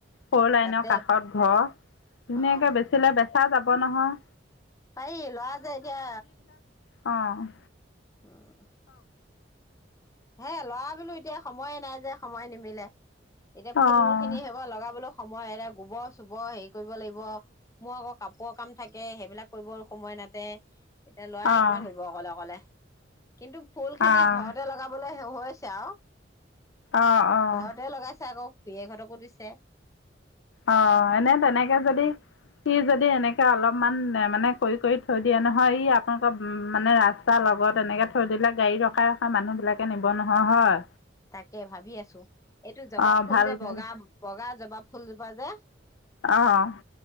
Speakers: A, on the left; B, on the left.
A: সৰু লাইনৰ
B: তাতে
A: কাষত ঘৰ ধুনীয়াকৈ
B: অ
A: বেচিলে বেচা যাব নহয়।
B: পাই ল'ৰাযে এতিয়া
A: অ',
B: উম', হে', ল'ৰা বুলো এতিয়া সময়ে নাই যে সময়ে নিমিলে। এতিয়া
A: অঁ
B: ফুল খিনি সেইশুপা লগাবলৈ, সময় এৰা গোবৰ-চোবৰ হেৰি কৰিব লাগিব। মোৰ আকৌ কাপোৰৰ কাম থাকে, সেইবিলাক কৰিব সময় নাতে। এতিয়া ল'ৰাই
A: অঁ
B: কিমান কৰিব অকলে-অকলে। কিন্তু ফুল খিনি
A: অঁ
B: ঘৰতে লগাব। হৈছে আৰু।
A: অঁ অঁ
B: ঘৰতে লগাইছে আকৌ। দুই এঘতকো দিছে।
A: অ' এনে তেনেকে যদি সি যদি এনেকে অলপমান মানে কৰি-কৰি থৈ দিয়ে নহয় ই আপোনালোকৰ উ, মানে ৰাস্তা লগত এনেকে থৈ দিলে গাড়ী ৰখাই ৰখা মানুহ বিলাকে নিব নহয় হয়।
B: তাকে ভাবি আছো এইটো জবাব
A: অঁ
B: ফুল
A: ভাল
B: যে
A: ভাল
B: বগা-বগা জ বা ফুলজোপা যে?
A: আহ,